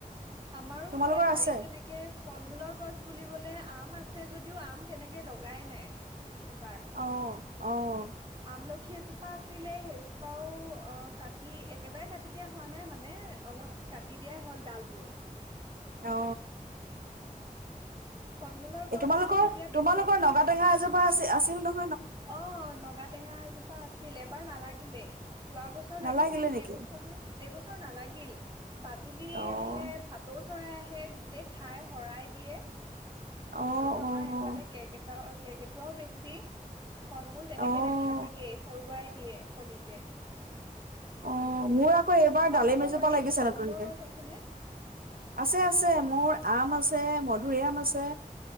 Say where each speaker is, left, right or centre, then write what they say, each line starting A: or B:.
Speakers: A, on the right (about 35°); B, on the right (about 80°).
A: আমাৰো
B: তোমালোকৰ
A: সেই বাৰীত
B: আছে
A: তেনেকে ফল মূলৰ গছ বুলিবলে আম আছে আছে যদিও আম তেনেকে লগাই নাই এবাৰ
B: অ অঁ
A: আমলখি এজোপা আছিলে সেইজোপাও অ কাটি একেবাৰে কাটি দিয়া হোৱা নাই মানে অলপ কাটি দিয়াই হ'ল ডালবোৰ
B: অ
A: ফল মূলৰ গছ
B: এ তোমালোকৰ
A: তেনেকে এতিয়া বিশেষ
B: তোমালোকৰ
A: নাইয়ে।
B: নগা টেঙা এজোপা আ আছে <unintelligible>
A: অ নগা টেঙা এজোপা আছিল এবাৰ নালাগিলেই যোৱা বছৰ লাগিছিল
B: নালাগিলে নেকি
A: এইবছৰ এইবছৰ নালাগিল বাদুলি
B: অ
A: আহে ভাটৌ চৰাই আহে হে গোটেই খাই শৰাই দিয়ে
B: অ',
A: আৰু আমাৰ
B: অ',
A: এফালে কেক এটা তাকে কেৰ্কেটুৱাটো বেছি ফল মূল তেনেকে
B: অ',
A: নাথাকেগে হৰুৱাই দিয়ে কলিতে
B: অ মোৰ কৌ এইবাৰ
A: তোমালোকৰ
B: ডালি এজোপা
A: বাৰীত
B: লাগিছে
A: ফল
B: নতুনতে
A: মূলৰ গছ আছেনে?
B: আছে আছে মোৰ আম আছে মধুৰি আম আছে